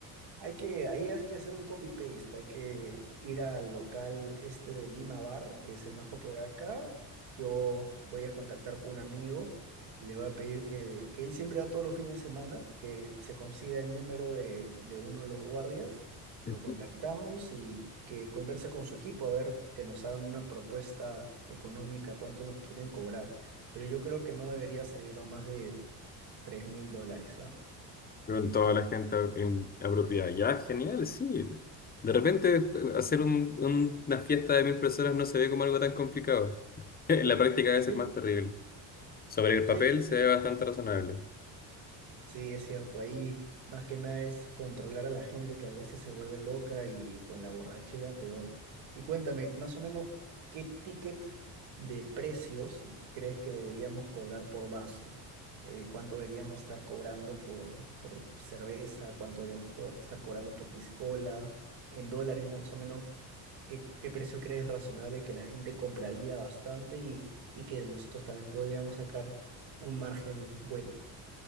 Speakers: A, on the right; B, on the left.
A: Hay que, ahí hay que hacer un copy-paste, hay que ir al local este de Lima Bar, que es el más popular acá. Yo voy a contactar con un amigo, le voy a pedir que, que él siempre va todos los fines de semana, que se consiga el número de, de uno de los guardias, lo
B: Ujú.
A: contactamos y que converse con su equipo a ver que nos hagan una propuesta económica, cuánto nos quieren cobrar. Pero yo creo que no debería salirnos más de tres mil dólares, ¿ah?
B: Con toda la gente in- apropiada. Ya, genial, sí. De repente eh, hacer un- un- una fiesta de mil personas no se ve como algo tan complicado. <laughs> En la práctica
A: Sí,
B: debe ser más terrible. Sobre el
A: sí,
B: papel se ve bastante razonable.
A: Sí, es cierto, ahí más que nada es controlar a la gente que a veces se vuelve loca y con la borrachera peor. Y cuéntame, más o menos, ¿qué ticket de precios crees que deberíamos cobrar por vaso? Eh, ¿cuánto deberíamos estar cobrando por, por cerveza? ¿Cuánto deberíamos co- estar cobrando por piscola? En dólares, más o menos, ¿qué, qué precio crees razonable que la gente compraría bastante y, y que nosotros también podríamos sacar un margen bueno?